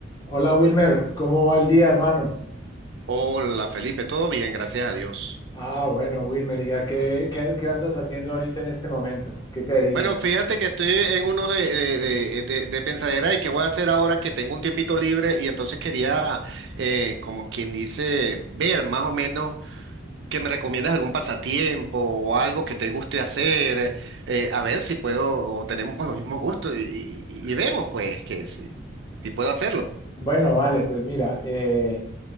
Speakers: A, on the left; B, on the right.
A: Hola Wilmer, ¿cómo va el día, hermano?
B: Hola Felipe, todo bien, gracias a Dios.
A: Ah, bueno, Wilmer, diga, ¿qué, qué, qué andas haciendo ahorita en este momento? ¿Qué te dedicas?
B: Bueno, fíjate que estoy en uno de, de, de- de- de pensadera y qué voy a hacer ahora que tengo un tiempito libre y entonces quería, eh, como quien dice, ver más o menos que me recomiendas algún pasatiempo o algo que te guste hacer, eh, a ver si puedo o tenemos los mismos gustos y, y- y vemos pues que si, si puedo hacerlo.
A: Bueno, vale, pues mira, eh,